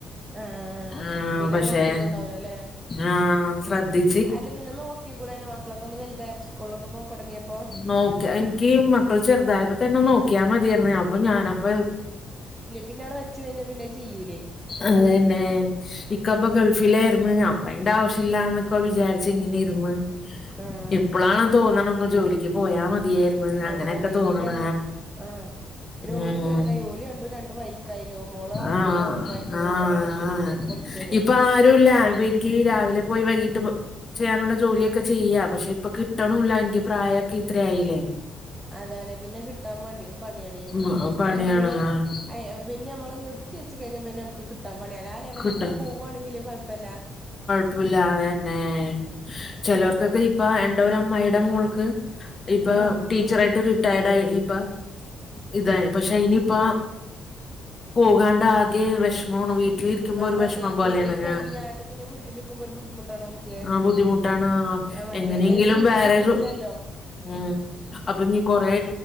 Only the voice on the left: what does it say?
ആഹ്
പക്ഷെ
ആഹ് സദി
നോക്കി എനിക്ക് മക്കൾ ചെറുതായപ്പോ തന്നെ നോക്കിയാ മതിയായിരുന്നുേ അപ്പൊ ഞാനപ്പൊ.
അതന്നെ. ഇക്കപ്പൊ ഗൾഫിലായിരുന്നു അപ്പോ അയിന്റെ ആവശ്യമില്ലന്നൊക്കെ വിചാരിച്ച് ഇങ്ങനെ ഇർന്ന്.
ഇപ്പോളാണ് തോന്ന്ണ് ഒന്ന് ജോലിക്ക് പോയാ മതിയേ മ് അങ്ങനെയൊക്കെ
തോന്നണ
ഉം
ആഹ്
അഹ് ആഹ്.
ഇപ്പൊ ആരുംല്ലാ എനിക്ക് രാവിലെ പോയി വൈകീട്ട് പോ ചെയ്യാനുള്ള ജോലിയൊക്കെ ചെയ്യ പക്ഷെ ഇപ്പൊ കിട്ടണുല്ല എനിക്ക് പ്രായൊക്കെ ഇത്രയായില്ലേ.
ആഹ്
പണിയാണ്
ആഹ്
കിട്ടാ
പ്പുല്ലാ അതെന്നെ ചിലർക്കൊക്കെ ഇപ്പ എന്റെ ഒരു അമ്മായിയുടെ മോൾക്ക്. ഇപ്പ
ടീച്ചറായിട്ട് റിട്ടയർഡ് ആയി ഇപ്പ ഇതായി പക്ഷെ ഇനിയിപ്പ. പോകാണ്ടാകെ വിഷമമാണ് വീട്ടിൽ ഇ കിക്കുമ്പോ
ഒരു വിഷമം പോലെയാണ്
ആ
ആ ബുദ്ധിമുട്ടാണ്.
എങ്ങനെയെങ്കിലും
വേറേരു. ഉം അപ്പൊ ഞ് കൊറേ